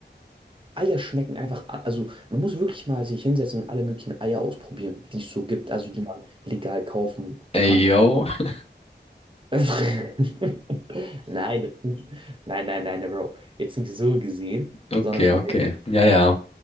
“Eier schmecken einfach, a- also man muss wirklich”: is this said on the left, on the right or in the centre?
Right